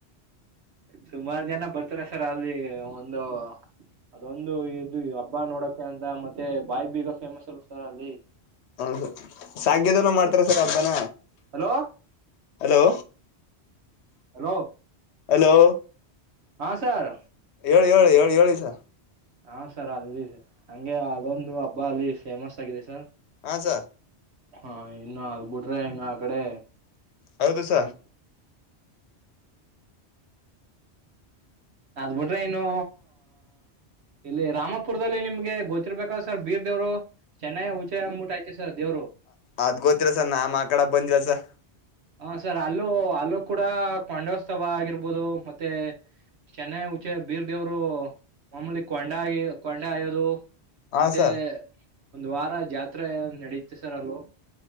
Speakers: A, on the right; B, on the left.
A: ಸುಮಾರು ಜನ ಬರ್ತಾರ ಸರ್ ಅಲ್ಲಿ ಒಂದು ಅದೊಂದು ಇದು ಹಬ್ಬ ನೋಡಕ ಅಂತ ಮತ್ತೆ ಬಾಯಿಬ ಈಗ ಫೇಮಸ್ ಅಲ್ ಸರ್ ಅಲ್ಲಿ
B: ಹ ಸಾಗದನ ಮಾಡ್ತಾರ ಸರ್ ಹಬ್ಬನ
A: ಹಲೋ
B: ಹಲೋ
A: ಹಲೋ
B: ಹಲೋ
A: ಹಾ ಸರ್
B: ಹೇಳಿ ಹೇಳಿ ಹೇಳಿ ಹೇಳಿ ಸ
A: ಹಾ ಸರ್ ಅಲ್ಲಿ ಹಂಗೆ ಅದೊಂದು ಹಬ್ಬ ಅಲ್ಲಿ ಫೇಮಸ್ ಆಗಿದೆ ಸರ್
B: ಹ ಸ
A: ಹಾ ಇನ್ನು ಅದ ಬಿಿಟ್ರೆ ಇನ್ನು ಆ ಕಡೆ
B: ಹೌದುಸ
A: ಹ್ಮ್ ಅದ್ ಬಿಿಟ್ರೆ ಇನು ಇಲ್ಲಿ ರಾಮಪುರದಲ್ಲಿ ನಿಮ್ಗೆ ಗೊತ್ತಿರ್ಬೇಕಾದ ಸರ್ ಬೀರ್ ದೇವ್ರು ಚೆನ್ನೈ ಊಚಾಯ ಮೂಟ ಆಐತಿ ಸರ್ ದೇವರುೋ
B: ಅದ್ ಗೊತ್ತಿಲ್ಲ ಸರ್ ನಾಮ್ ಆ ಕಡ ಬಂದಿಲ್ಲ ಸರ್
A: ಹ ಸರ್ ಅಲ್ಲೂ ಅಲ್ಲೂ ಕೂಡ ಕೊಂಡೋತ್ಸವ ಆಗಿರ್ಬೋದು ಮೆ ಮತ್ತೆ ಚೆನ್ನ ಉಚೆ ಬೀರ್ ದೇವ್ರು ಮಮೂಲಿ ಕೊಂಡ ಆಗಿ ಕೊಂಡ ಆಯೋದು
B: ಹಾ
A: ಮತ್ತೆ
B: ಸರ್
A: ಒಂದ್ ವಾರ ಜಾತ್ರೆ ನಡೀತೆ ಸರ್ ಅಲ್ೂ